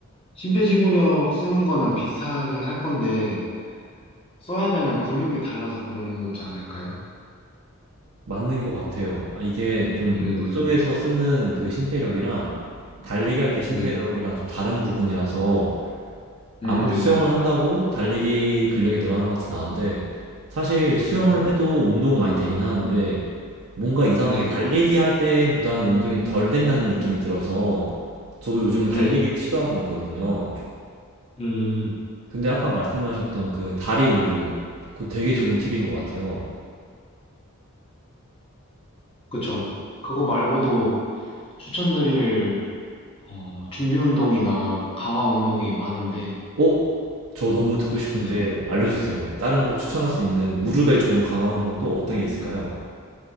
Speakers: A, on the left; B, on the right.
A: 심폐지구력 쓰는 거는 비슷하긴 할 건데, 써야 되는 근육이 달라서 그런 거지 않을까요?
B: 맞는 것 같아요. 아, 이게 좀
A: 네네.
B: 물속에서 쓰는 그 심폐력이랑 달리기 할 때 심폐력이랑
A: 네.
B: 좀 다른 부분이라서 아무리
A: 음,
B: 수영을 한다고 달리기 근력이 늘어나는 것 같지는 않은데 사실 수영을
A: 음,
B: 해도 운동은 많이 되긴 하는데 뭔가 이상하게
A: 네.
B: 달리기 할 때보다는 운동이 덜 된다는 느낌이 들어서 저도 요즘은 달리기를
A: 네.
B: 시도하고 있거든요.
A: 음,
B: 근데 아까 말씀하셨던 그 다리 운동 그거 되게 좋은 팁인 것 같아요.
A: 그쵸. 그거 말고도 추천드릴 어, 준비 운동이나 강화 운동이 많은데,
B: 어? 저 너무 듣고 싶은데
A: 네.
B: 알려주세요. 다른 거 추천할 수 있는 무릎에 좋은 강화 운동 또 어떤 게 있을까요?